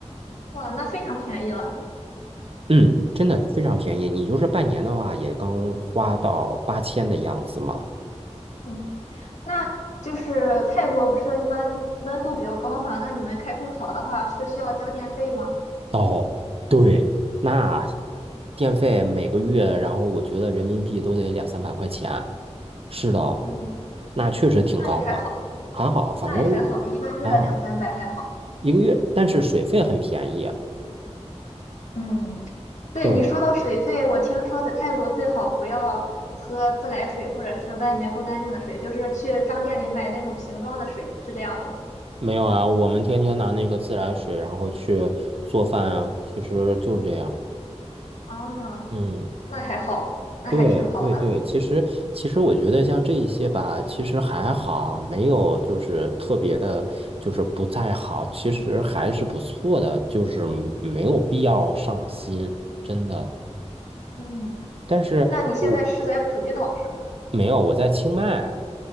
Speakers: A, on the left (about 90°); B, on the right (about 55°).
A: 哇，那非常便宜了。
B: 嗯，真的非常便宜。你就是半年的话，也刚花到八千的样子嘛。
A: 嗯，那就是泰国不是一般温度比较高嘛？那你们开空调的话是需要交电费吗？
B: 哦，对，那电费每个月，然后我觉得人民币都得两三百块钱。是的，
A: 嗯，
B: 那确实挺高的，
A: 那也还好，
B: 还好，反正
A: 那也还好，一个月两三百还好。
B: 还好一个月，但是水费很便宜。
A: 嗯。对你说到水费，
B: 对，
A: 我听说在泰国最好不要喝自来水或者是外面不干净的水，就是去商店里买那种瓶装的水，是这样吗？
B: 没有啊，我们天天拿那个自来水，然后去做饭啊，其实就是这样。
A: 啊，
B: 嗯。
A: 那还好，那还挺好的。
B: 对对对，其实其实我觉得像这一些吧，其实还好，没有就是特别的，就是不太好，其实还是不错的，就是没有必要上心，真的。
A: 嗯，
B: 但是我
A: 那你现在是在普吉岛是吗？
B: 没有，我在清迈。